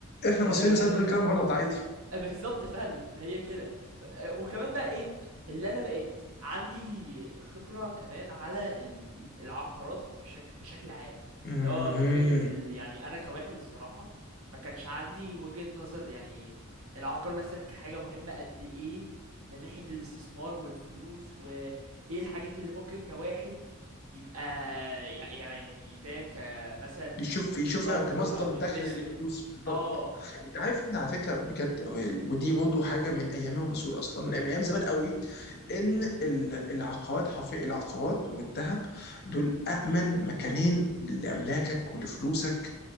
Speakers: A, on the left; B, on the right.
A: احنا
B: أه
A: مصريين ساعات بنقول كلام غلط عادي
B: <laughs> بالظبط فعلا هي كده ف... وكمان بقى ايه اللي انا بقيت عندي خبرة كمان على ال- العقارات في شك... بشكل عام
A: أمم.
B: اللي هو كفكرة ال... يعني انا كواحد الصراحة ما كانش عندي وجهة نظر يعني العقار مثلا كحاجة مهمة قد ايه من ناحية الاستثمار والفلوس وايه الحاجات اللي ممكن كواحد يبقى يع- يعني يعني فاهم كمثلا
A: يشوف
B: مطور
A: يشوفها كمصدر
B: او
A: دخل
B: انفستور
A: للفلوس بالضبط
B: اه
A: انت عارف ان على فكره بجد ودي برضه حاجه من ايام الرسول اصلا من ايام زمان قوي
B: إمم.
A: ان ال- العقارات حرفيا العقارات والذهب دول امن مكانين لاملاكك ولفلوسك